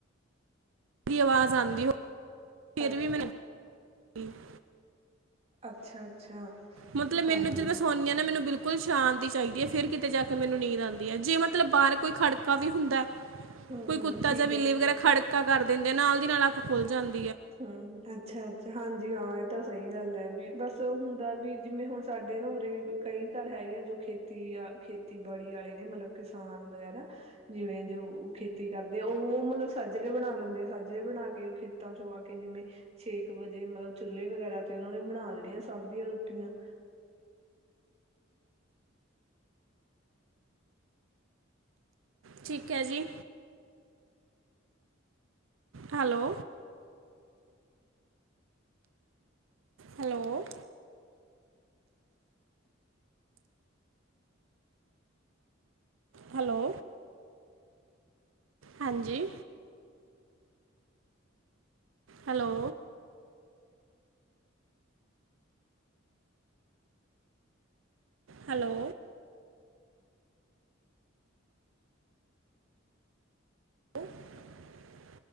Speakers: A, on the right; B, on the right.
A: ਦੀ ਆਵਾਜ਼ ਆਦੀ ਹੋ ਫਿਰ
B: ਅ
A: ਵੀ ਮੈਨੂੰ <unintelligible> <inaudible>
B: ਅੱਛਾ-ਅੱਛਾ,
A: ਮਤਲਬ ਮੈਨੂੰ
B: ਹਾਂਜੀ
A: ਜਦੋਂ ਮੈਂ
B: ਹਾਂ,
A: ਸੋਂਨੀ ਆ ਨਾ ਮੈਨੂੰ ਬਿਲਕੁਲ ਸ਼ਾਂਤ ਚਾਈਦੀ ਹੈ ਫੇਰ ਕਿਤੇ ਜਾ ਕੇ ਮੈਨੂੰ ਨੀਂਦ ਆਦੀ ਏ ਜੇ ਮਤਲਬ ਬਾਹਰ ਕੋਈ ਖੜਕਾ ਵੀ ਹੁੰਦਾ।
B: ਹੂੰ-ਹੂੰ
A: ਕੋਈ ਕੁੱਤਾ
B: ਠੀਕ
A: ਜਾਂ ਬਿੱਲੀ
B: ਐ।
A: ਵਗੈਰਾ ਖੜਕਾ ਕਰ ਦਿੰਦੇ ਆ ਨਾਲ ਦੀ ਨਾਲ ਆ, ਖੁੱਲ ਜਾਂਦ।
B: ਹੂੰ ਅੱਛਾ-ਅੱਛਾ ਹਾਂਜੀ ਹਾਂ। ਤਾਂ ਸਹੀ ਗੱਲ ਏ ਵੀ ਬਸ ਹੁੰਦਾ ਵੀ ਜਿਵੇਂ ਹੁਣ ਸਾਡੇ ਨਾ ਉਰੇ ਕਈ ਘਰ ਹੈਗੇ ਆ ਜੋ ਖੇਤੀ ਖੇਤੀਬਾੜੀ ਆਲੇ ਨੇ ਮਤਲਬ ਕਿਸਾਨ ਵਗੈਰਾ ਜਿਵੇਂ ਜੋ ਖੇਤੀ ਕਰਦੇ ਉਹ ਮਤਲਬ ਸਾਜਰੇ ਬਣਾ ਲੈਂਦੇ ਆ ਸਾਜਰੇ ਬਣਾ ਕੇ ਖੇਤਾਂ ਚੋਂ ਆ। ਕੇ ਜਿਵੇਂ ਛੇ ਕੁ ਵਜੇ ਮਲਬ ਚੁੱਲ੍ਹੇ ਵਗੈਰਾ ਤੇ ਉਹਨਾਂ ਨੇ ਬਣਾ ਲੈਣੀਆਂ ਸਭ ਦੀਆਂ ਰੋਟੀਆਂ
A: ਠੀਕ ਹੈ ਜੀ, ਹੈਲੋ, ਹੈਲੋ ਹੈਲੋ, ਹਾਂਜੀ, ਹੈਲੋ, ਹੈਲੋ, ਦ <unintelligible> <inaudible>